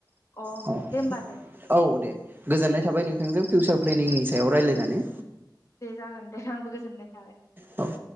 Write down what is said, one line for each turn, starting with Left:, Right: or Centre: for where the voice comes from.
Left: अ
Right: <inaudible>
Left: दे होमबा दे
Right: औ दे गोजोननाय थाबाय नों थांजों फिउसार प्लेनिंनि सायाव रायज्लायनानै
Left: दे जागोन दे आंबो गोजोननाय थाबाय
Right: औ